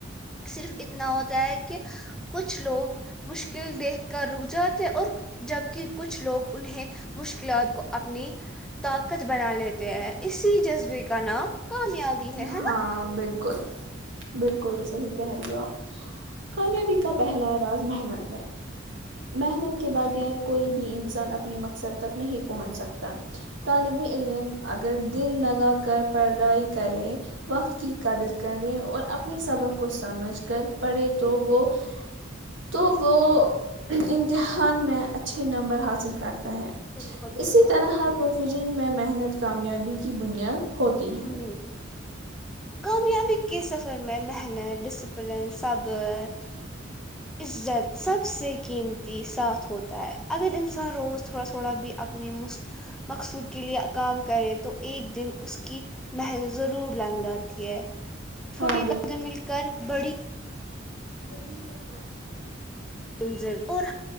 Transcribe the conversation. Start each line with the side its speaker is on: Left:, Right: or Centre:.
Centre: صرف اتنا ہوتا ہے کہ کچھ لوگ مشکل دیکھ کر رک جاتے اور جب کے کچھ لوگ انہیں مشکلات کو اپنی طاقت بنا لیتے ہیں اسی جذبے کا نام کامیابی ہے
Right: ہاں
Centre: ہے نا
Right: بالکل بالکل صحیح کہہ رہی ہو کامیابی کا پہلا راز محنت ہے محنت کے بغیر کوئی بھی انسان اپنے مقصد تک نہیں پہنچ سکتا طالب علم اگر دل لگا کر پڑھائی کریں وقت کی قدر کریں اور اپنے سبق کو سمجھ کر پڑھے تو وہ تو وہ امتحان میں اچھے نمبر حاصل کرتا ہے
Centre: بالکل
Right: اسی
Centre: بالکل
Right: طرح ہر پروفیشن میں محنت کامیابی کی بنیاد ہوتی ہے
Centre: ہوں کامیابی کے سفر میں محنت ڈسیپلن صبر عزت سب سے قیمتی ساتھ ہوتا ہے اگر انسان روز تھوڑا تھوڑا بھی اپنی مست مقصود کے لیے کام کرے تو ایک دن اس کی محنت ضرور رنگ لاتی چھوٹی
Right: ہاں
Centre: قد مل کر بڑی
Right: بڑی بدمعاش ہے
Centre: منزر اور